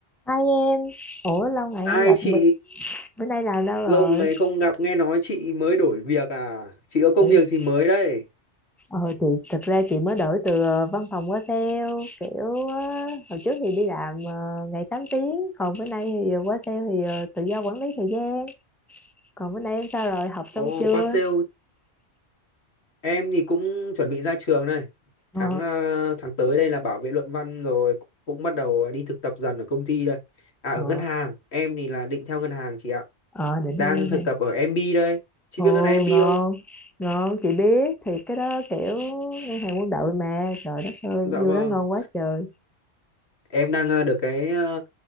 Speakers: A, in the centre; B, on the left.
A: Hai em, ủa lâu ngày
B: Hai
A: không gặp,
B: chị
A: bữa, bữa nay làm đâu
B: lâu
A: rồi?
B: ngày không gặp nghe nói chị mới đổi việc à? Chị có công
A: Chị,
B: việc gì mới đấy?
A: ờ chị, thật ra chị mới đổi từ ờ, văn phòng qua sale, kiểu ờ, hồi trước thì đi làm ờ, ngày 8 tiếng, còn bữa nay thì ờ, qua sale thì ờ, tự do quản lý thời gian. Còn bữa nay em sao rồi, học xong
B: Ồ,
A: chưa?
B: qua sale em thì cũng chuẩn bị ra trường này.
A: Ờ,
B: Tháng ờ, tháng tới đây là bảo vệ luận văn rồi cũng bắt đầu đi thực tập dần ở công ty đây. À
A: ờ,
B: ở ngân hàng, em thì là định theo ngân hàng chị ạ.
A: ờ, định
B: Đang
A: em nghe
B: thực
A: hàng.
B: tập ở MB đây. Chị
A: Ồ,
B: biết ngân hàng MB
A: ngon,
B: không?
A: ngon, chị biết, thì cái đó kiểu ngân hàng quân đội mà, trời đất ơi,
B: Dạ
A: vô
B: vâng.
A: đó ngon quá trời.
B: em đang ờ, được cái ờ,